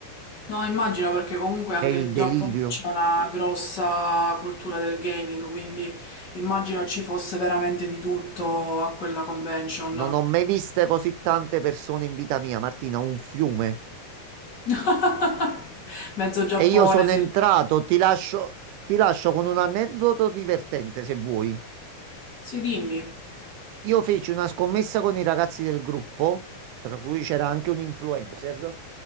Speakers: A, on the left; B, on the right.
A: No, immagino perché comunque
B: È
A: anche
B: il
A: in
B: delirio.
A: Giappone c'è una grossa cultura del gaming, quindi immagino ci fosse veramente di tutto a quella convention.
B: Non ho mai viste così tante persone in vita mia, Martina, un fiume.
A: <laughs> Mezzo Giappone
B: E io sono
A: si
B: entrato, ti lascio, ti lascio con
A: Eh.
B: un aneddoto divertente se vuoi.
A: Sì, dimmi.
B: Io feci una scommessa con i ragazzi del gruppo, tra cui c'era anche un influencer, eh,